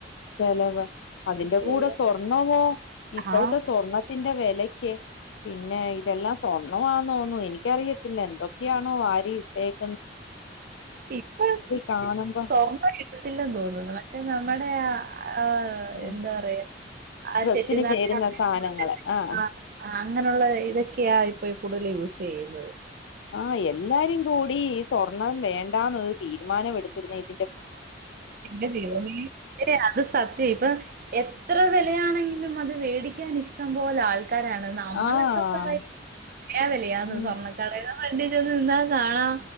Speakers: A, on the left; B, on the right.
A: ചിലവ് അതിന്റെ
B: ചെയ്യാൻ
A: കൂടെ സ്വർണമോ ഇപ്പഴത്തെ
B: ആ.
A: സ്വർണത്തിന്റെ വില കെ പിന്നെ ഇതെല്ലാം സോ <unintelligible> എനിക്കറിയത്തില്ല എന്തൊക്കെയാണോ വാരി ഇട്ടേ-
B: ഇപ്പേ
A: കാണുമ്പം
B: സ്വർണ കിട്ടത്തില്ലെന്ന് തോന്നുന്നു റ്റെ നമ്മുടെ ആ ആ
A: ഉം.
B: എന്താ റയാ ആ <unintelligible>
A: ഡ്രസ്സിന് ചേരുന്ന സാധനങ്ങള് ആ
B: അങ്ങനുള്ള ഇതൊക്കെയാ ഇപ്പൊ കൂടുതൽ യൂസ് ചെയുന്നത്
A: ആ എല്ലാരും കൂടി സ്വർണം വേണ്ടാന്നൊരു തീരുമാനം എടുത്തിരുന്നേൽ
B: എടീ അത് സത്യ ഇപ്പൊ എത്ര വിലയാണെങ്കി- ലും അത് മേടിക്കാൻ ഇഷ്ടം പോലെ ആള് ആൾക്കാരാണ് നമ്മളൊക്കെ
A: ആഹ്
B: പറയും പറയാ <unintelligible> വെലയാ വെലയാന്ന്
A: ഉം
B: സ്വർണ്ണക്കടേലോ വണ്ടി <unintelligible> നിന്താ കാണാം